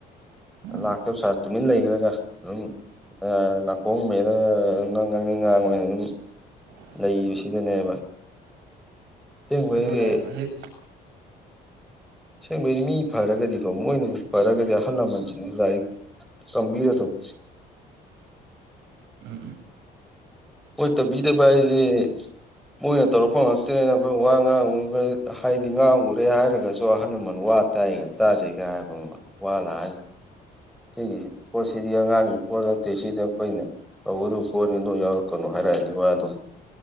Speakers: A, on the right; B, in the centre.
A: ꯎꯝ
B: ꯂꯥꯛꯇꯕ ꯁꯥꯔ ꯇꯨꯃꯤꯟ ꯂꯩꯈ꯭ꯔꯒ ꯑꯗꯨꯝ ꯅꯥꯀꯣꯡ ꯃꯦꯟꯂꯒ ꯅꯪ ꯉꯥꯡꯅꯤꯡ ꯉꯥꯡꯉꯣ ꯍꯥꯏꯅ ꯑꯗꯨꯝ
A: <unintelligible>
B: ꯂꯩꯕꯁꯤꯗꯅꯦꯕ ꯑꯁꯦꯡꯕꯩꯗꯤ
A: ꯑꯗꯨꯅꯦ ꯍꯧꯖꯤꯛ
B: ꯑꯁꯦꯡꯕꯩ ꯃꯤ ꯐꯔꯒꯗꯤꯀꯣ ꯃꯣꯏꯅꯕꯨ ꯐꯔꯒꯗꯤ ꯑꯍꯜ ꯂꯃꯟꯁꯤꯡꯁꯦ ꯂꯥꯏꯔꯤꯛ ꯇꯝꯕꯤꯒꯗꯧꯕꯅꯦ
A: ꯎꯝ
B: ꯍꯣꯏ ꯇꯝꯕꯤꯗꯕ ꯍꯥꯏꯁꯦ ꯃꯣꯏꯅ ꯇꯧꯔꯛꯄ ꯉꯛꯇꯅꯤꯅ ꯑꯩꯈꯣꯏꯅ ꯋꯥ ꯉꯥꯡꯉꯨꯕ꯭ꯔ ꯍꯥꯏꯗꯤ ꯉꯥꯡꯉꯨꯔꯦ ꯍꯥꯏꯔꯒꯁꯨ ꯑꯍꯜ ꯂꯃꯟ ꯋꯥꯠ ꯇꯒ ꯇꯥꯗꯦꯒ ꯍꯥꯏꯕ ꯑꯃ ꯋꯥ ꯂꯥꯛꯑ ꯁꯤꯒꯤ ꯄꯣꯠꯁꯤꯗꯤ ꯑꯉꯥꯡꯒꯤ ꯄꯣꯠ ꯅꯠꯇꯦ ꯁꯤꯗ ꯑꯩꯈꯣꯏꯅ ꯇꯧꯕꯗꯕꯨ ꯄꯣꯠꯅꯤ ꯅꯣꯏ ꯌꯥꯎꯔꯛꯀꯅꯨ ꯍꯥꯏꯔꯛꯑꯅꯤꯕ ꯑꯗꯨꯝ